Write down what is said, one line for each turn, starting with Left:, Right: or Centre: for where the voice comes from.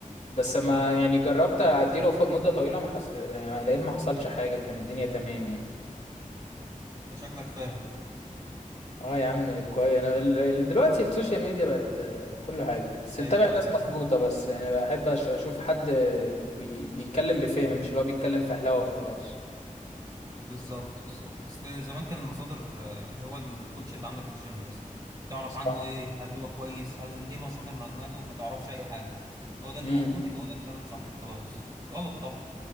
Left: بس
Right: لا
Left: ما
Right: لا
Left: يعني جربت اديله فوق مده طويله ما حصل يعني لقيت ما حصلش حاجه كان الدنيا تمام يعني
Right: انت شكلك فاهم انت
Left: اه يا عم كويس انا ال- ال- دلوقتي السوشيال ميديا بقت آه، كل حاجه بس اتبع
Right: ايوه يا
Left: ناس
Right: جدع
Left: مظبوطه بس يعني بحب أش- اشوف حد آه، بي بيتكلم بفهم مش اللي هو بيتكلم فهلوه وخلاص
Right: بالظبط بالظبط اصل زمان كان المصادر آه، هو الكوتش اللي عندك في الجيم بس تعرف
Left: صح
Right: عنه ايه هل هو كويس هل ايه مصادر معلوماته ما تعرفش اي حاجه هو ده اللي
Left: امم
Right: موجود يبقى هو ده الكلام صح وخلاص غلط طبعا